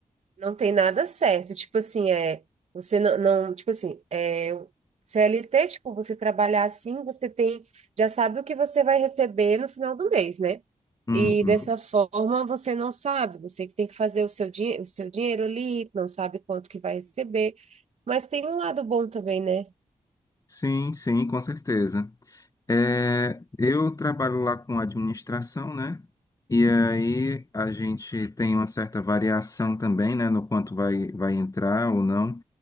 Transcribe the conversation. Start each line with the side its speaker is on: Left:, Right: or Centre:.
Right: não tem nada certo. Tipo assim, é, você não, não, tipo assim, é, o CLT, tipo, você trabalhar assim, você tem, já sabe o que você vai receber no final do mês, né?
Left: Uhum.
Right: E dessa forma você não sabe, você que tem que fazer o seu, dinhe- o seu dinheiro ali, não sabe quanto que vai receber. Mas tem um lado bom também, né?
Left: Sim, sim, com certeza. É, eu trabalho lá com administração, né? E aí a gente tem uma certa variação também, né, no quanto vai, vai entrar ou não,